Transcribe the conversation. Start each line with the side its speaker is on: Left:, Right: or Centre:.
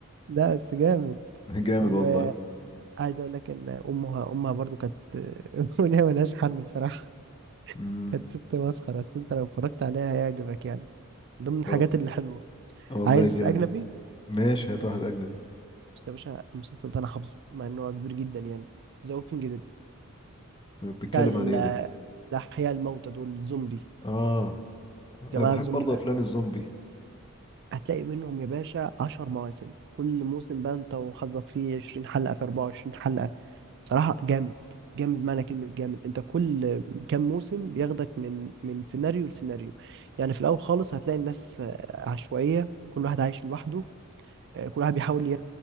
Right: لا بس جامد
Left: <laughs> جامد
Right: وعايز
Left: والله
Right: اقول لك ان امها امها برضو كانت <laughs> وليها ملهاش حل بصراحه
Left: امم
Right: كانت ست مسخره بس انت لو اتفرجت عليها هيعجبك يعني ضمن الحاجات
Left: وال-
Right: اللي حلوه
Left: والله
Right: عايز
Left: جامد
Right: اجنبي
Left: ماشي هات واحد اجنبي
Right: بس يا باشا المسلسل ده انا حافظه مع انه كبير جدا يعني ذا ووكينج
Left: بيتكلم
Right: بتاع ال-
Left: عن ايه ده
Right: الأحياء الموتى دول الزومبي
Left: اه انا
Right: الجماعة
Left: بحب
Right: الزومبي
Left: برضه
Right: ده
Left: افلام الزومبي
Right: هتلاقي منهم يا باشا عشر مواسم كل موسم بقى انت وحظك فيه عشرين حلقة في أربعة وعشرين حلقة بصراحة جامد جامد معنى كلمة جامد انت كل كام موسم بياخدك من من سيناريو لسيناريو يعني في الأول خالص هتلاقي الناس آه، عشوائية كل واحد عايش لوحده آه، كل واحد بيحاول ي-